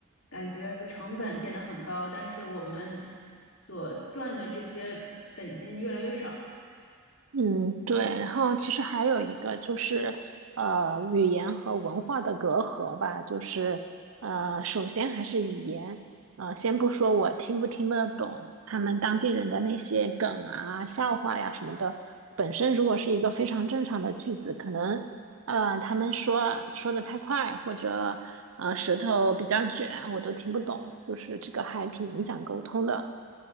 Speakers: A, on the left (about 65°); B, on the right (about 65°).
A: 感觉成本变得很高，但是我们所赚的这些本金越来越少，
B: 嗯，对，然后其实还有一个就是，呃，语言和文化的隔阂吧，就是，呃，首先还是语言，呃，先不说我听不听得懂他们当地人的那些梗啊、笑话呀什么的，本身如果是一个非常正常的句子，可能，呃，他们说说的太快，或者，呃，舌头比较卷，我都听不懂，就是这个还挺影响沟通的。